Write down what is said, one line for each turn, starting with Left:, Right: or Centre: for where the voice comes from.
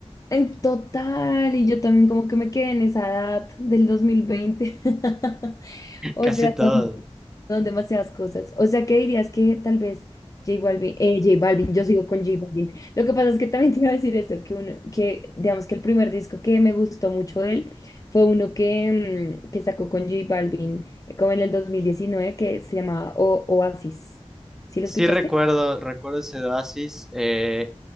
Left: En total, y yo también como que me quedé en esa edad del dos mil veinte <laughs>
Centre: <laughs>
Left: O
Centre: Casi
Left: sea,
Centre: todo.
Left: son Son demasiadas cosas. O sea, ¿qué dirías que tal vez J Balvin, eh, J Balvin, yo sigo con J Balvin. Lo que pasa es que también <laughs> te iba a decir esto, que uno, que digamos que el primer disco que me gustó mucho de él fue uno que, mm, que sacó con J Balvin, eh, como en el dos mil diecinueve, que se llamaba O- Oasis. ¿Sí
Centre: Sí
Left: lo escuchaste?
Centre: recuerdo, recuerdo ese de oasis, eh,